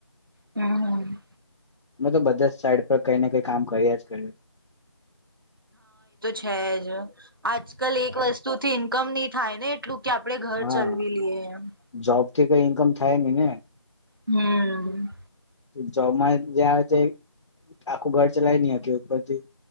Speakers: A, on the right (about 45°); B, on the left (about 80°).
A: હમ
B: અ તો બધા સાઈડ પર કઈ ને કઈ કામ કર્યા જ કર
A: છેેજ. આજ કલ એક વસ્તુ થી ઇન્કમ નહી થાય ને એટલું. કે આપડે ઘર
B: હા
A: ચલવી લઈએ એમ
B: જોબથી કઈ ઈન્કમ થાય ને ને.
A: હમ.
B: જોબમાં જ આવે છે આખું ઘર ચલાય નહી હરથી